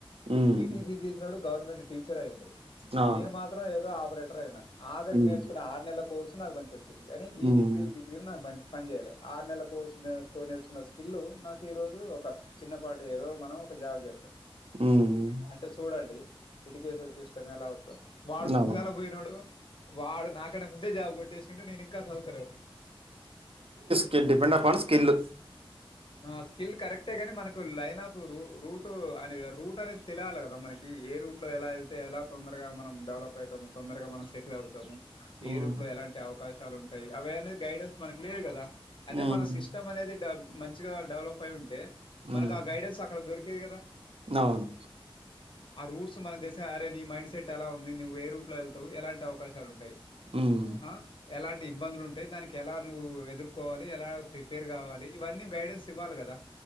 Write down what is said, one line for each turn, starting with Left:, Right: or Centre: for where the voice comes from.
Right: హ్మ్.
Left: ఈటి దజయి నోడు గవర్మెంట్ టీచర్యింటడు
Right: అవును.
Left: మీన్ మాత్రం ఏదో ఆ స్పెటర్ అయినా ఆగరికి
Right: హ్మ్.
Left: నేర్చున్న ఆరు నెలలకు కోర్స్ నాకు్ చిడి కానీ ఈ
Right: హ్మ్.
Left: డిగ్రీ నాకు మ పంచజేల ఆర్ నెల కోర్నే తో నేర్చున్న స్కిల్ నాకు ఈ రోజు ఒక చిన్నపాటి ఏదో మనం ఒక జాబ్ చేస్తాం
Right: హ్మ్.
Left: అంటే చూడండి ఎడ్యూకేషన్ సిస్టమ్ ఎలా అవుదో వాడు ముందుగాలా
Right: అవును.
Left: పోయినాడు వాడ్ నాకన్న ముందే జాబ్ కొట్టేసిండు నన్ ఇంకా చద్ తీరగ్తన
Right: క డిపెండ్ అప్న్ స్కల్
Left: ఆ స్కిల్ కరెక్టే గాని మనకు లైన్ ఆఫ్ ర రూట్ అనే రూట్ అనేది తెలియాలి కదా మనకి ఏ రూట్ లో ఎలా వెళ్తే ఎలా తొందరగా మనం డెవలప్ అవుతాము తొందరగా మనం సెటిల్ అవుతాము
Right: హ్మ్.
Left: ఏ రూట్ లో ఎలాంటి అవకాశం చాలా ఉంటాయి అవే అనేది గైడెన్స్ మనకు లేదు కదా అదే
Right: హ్మ్.
Left: మన సిస్టమ్ అనేది మంచి మంచిగా డెవలప్ అయ్ ఉంటే
Right: హ్మ్.
Left: మనకా గైడెస్ అక్కడ దొరికి కే కదా
Right: అవును
Left: ఆ రూట్స్ మన దసే అరే నీ మైండ్ సెట్ ఎలా ఉంది నువ్వు ఏ రూట్ లో వెళ్తావు ఎలాంటి అవకాశాలు ఉంటాయి
Right: హ్మ్.
Left: ఆ ఎలాంటి ఇబ్బందులు ఉంటాయి దానికి ఎలా నువ్వు ఎదుర్కోవాలి ఎలా ప్రిపేర్ కావాలి ఇవన్నీ శివల్గదా